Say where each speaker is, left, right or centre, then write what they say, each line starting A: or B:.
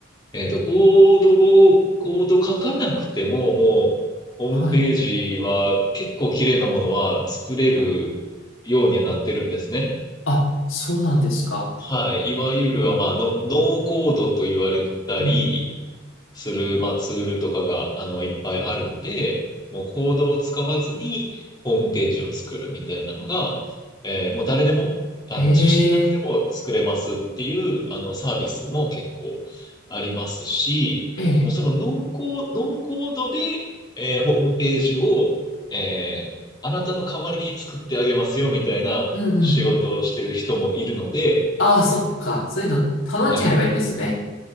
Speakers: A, on the left; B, on the left.
A: えっと、コードを、コード書かなくても、もう、ホームページは結構綺麗なものは作れるようにはなってるんですね。
B: はい。あ、そうなんですか。
A: はい。いわゆる、
B: うん、
A: あまあ、の、ノーコードと言われたり
B: うん。
A: する、まあ、ツールとかが、あの、いっぱいあるので、もうコードを使わずにホームページを作るみたいなのが、えーもう誰でも、あの、
B: え
A: 知識なくても作れますっていう、
B: え、
A: あの、サービスも結構ありますし、
B: ええ、
A: もうそのノーコー、ノーコードで、えーホームページを、えーあなたの代わりに作ってあげますよみたいな仕事をしてる人もいるので、
B: うんうん。ああ、そっか。そういうの頼んじゃえばいいんですね。
A: はい。